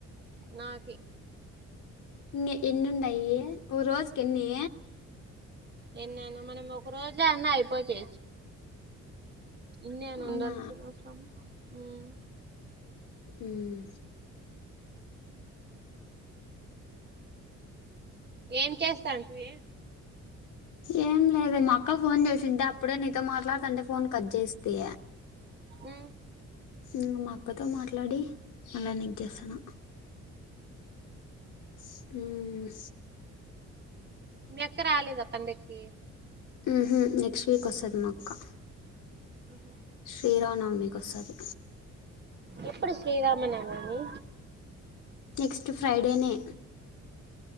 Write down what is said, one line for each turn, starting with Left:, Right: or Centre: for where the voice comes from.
Right: నాకి.
Left: ఇ ఎన్ని ఉన్నయి రోజు ఎన్నీ
Right: ఎన్ని అన్నా మనం ఒక రోజుల అన్ని అయిపోతయి. ఇన్ని అని
Left: అవునా
Right: ఉండాల్సినఅవసరం హ్మ్
Left: ఉమ్
Right: ఏం చేస్తాంటివె.
Left: ఏం లేదే మా అక్క ఫోన్ చేసింటే అప్పుడే నీతో మాట్లాడుతాంటే ఫోన్ కట్ చేస్తీ
Right: ఉ
Left: హ్ మా అక్కతో మాట్లాడి మల్లా నీగ్ చేస్తానా. హ్
Right: మీ అక్కా రాలేదా అందరికి
Left: హుహ్ నెక్స్ట్ వీక్ వస్తది మా అక్కా.
Right: ఆహ
Left: శ్రీరామనవమికి వొస్తాది.
Right: ఎప్పుడు శ్రీరామ నవమి.
Left: నెక్స్ట్ ఫ్రైడేనే